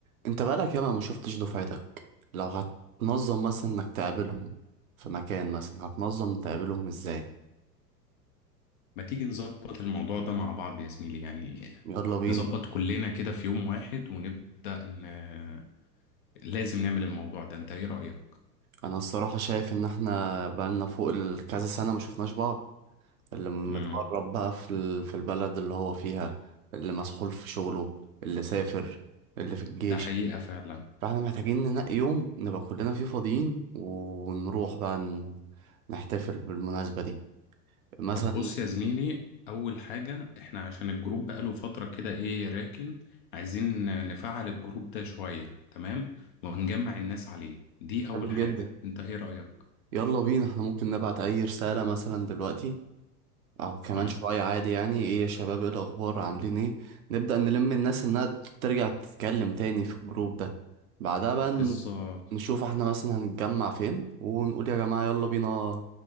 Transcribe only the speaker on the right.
انت بقالك ياما ما شفتش دفعتك لو هتنظم مثلا انك تقابلهم في مكان مثلا هتنظم تقابلهم ازاي
يلا بينا
انا الصراحة شايف ان احنا بقالنا فوق ال- كذا سنة ما شفناش بعض اللي متغرب
بقى في ال- في البلد اللي هو فيها اللي مسحول في شغله اللي سافر اللي في الجيش
فاحنا محتاجين ننقي يوم نبقى كلنا فيه فاضيين ونروح بقى ن- نحتفل بالمناسبة دي مثلا
حلو
جدا
يلا بينا احنا ممكن نبعت اي رسالة مثلا دلوقتي او كمان
شوية عادي يعني ايه يا شباب ايه الاخبار عاملين ايه نبدأ نلم الناس انها ترجع تتكلم تاني في الجروب ده بعدها بقى
ن- نشوف احنا مثلا هنتجمع فين ونقول يا جماعة يلا بينا